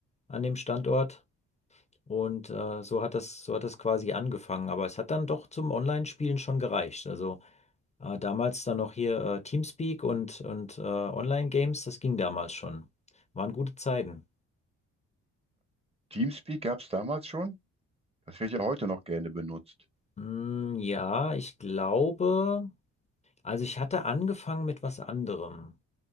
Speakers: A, on the left (about 20°); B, on the right (about 20°).
A: an dem Standort. Und äh, so hat das, so hat das quasi angefangen. Aber es hat dann doch zum Online-Spielen schon gereicht. Also äh, damals dann noch hier äh, Teamspeak und, und äh, Online-Games, das ging damals schon. Waren gute Zeiten.
B: Teamspeak gab es damals schon. Das wird ja heute noch gerne benutzt.
A: Mm, ja, ich glaube, also ich hatte angefangen mit was anderem.